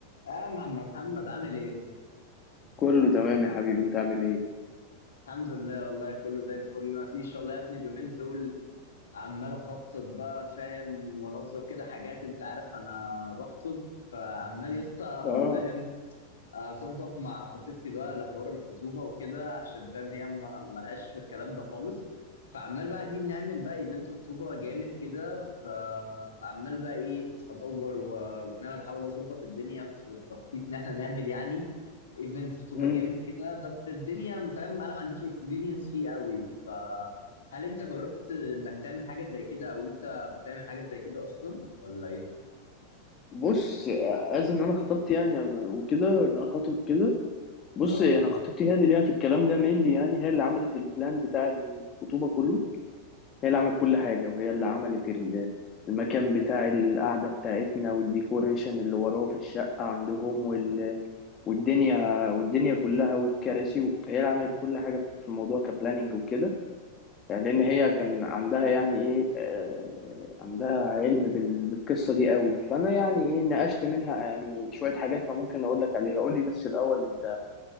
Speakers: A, on the left; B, on the left.
A: اه يا عم محمد عامل ايه
B: كله تمام يا حبيبي انت عامل ايه
A: الحمد لله والله كله زي الفل ما فيش والله يا ابني اليومين دول عمال اخطط بقى فاهم وانظم كده حاجات انت عارف انا بخطب فعمال يا اسطى
B: اه
A: فاهم اظبط مع خطيبتي بقى لحوار الخطوبه وكده عشان فاهم هي ما- ملهاش في الكلام ده خالص فعمال بقى عايزين نعمل بقى ايفنت خطوبه جامد كده ف... فعمال بقى ايه ادور و... وان انا بحاول اظبط الدنيا في التخطيط ان احنا نعمل يعني ايفنت خطوبه
B: امم
A: جامد كده بس الدنيا فاهم انا ما عنديش اكسبيرينس فيه قوي فهل انت جربت انك تعمل حاجه زي كده او انت بتعمل حاجه زي كده اصلا ولا ايه؟
B: بص از ان انا خطبت يعني وكده ان انا خاطب وكده بص
A: اه
B: انا خطيبتي هي اللي ليها في الكلام ده مينلي يعني هي اللي عملت البلان بتاع الخطوبه كله هي اللي عملت كل حاجه وهي اللي عملت ال- المكان بتاع القعده بتاعتنا والديكوريشن اللي وراه في الشقه عندهم وال... والدنيا والدنيا كلها والكراسي هي اللي عملت كل حاجه في الموضوع كبلاننج وكده يعني لان هي كان عندها يعني ايه آه، عندها علم بال- بالقصه دي قوي فانا يعني ايه نقشت منها يعني شويه حاجات فممكن اقول لك عليها قول لي بس الاول انت